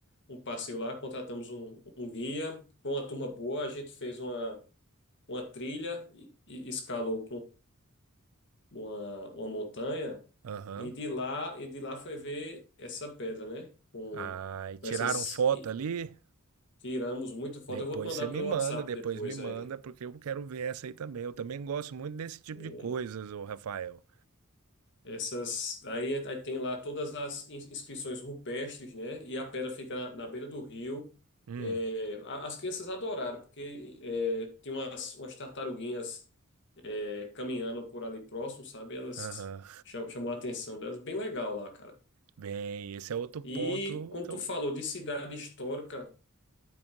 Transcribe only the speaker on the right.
aham.
Ah, e tiraram
foto
ali?
Depois
você me
manda,
depois
me manda,
porque eu quero ver essa aí também. Eu também gosto muito desse tipo
de coisas, ô Rafael.
Hum,
aham.
Bem, esse é outro
ponto
que
eu.